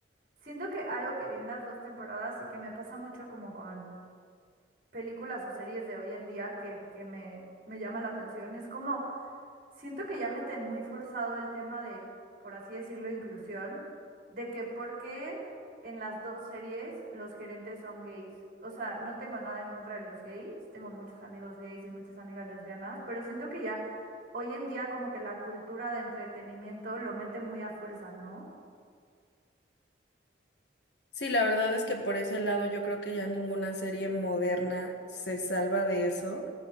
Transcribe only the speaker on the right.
Siento que algo que vi en las dos temporadas y que me pasa mucho como con películas o series de hoy en día que, que me, me llama la atención. Es como, siento que ya meten muy forzado el tema de, por así decirlo, inclusión, de que por qué en las dos series los gerentes son gays. O sea, no tengo nada en contra de los gays, tengo muchos amigos gays y muchas amigas lesbianas, pero siento que ya hoy en día como que la cultura de entretenimiento lo mete muy a fuerza, ¿no?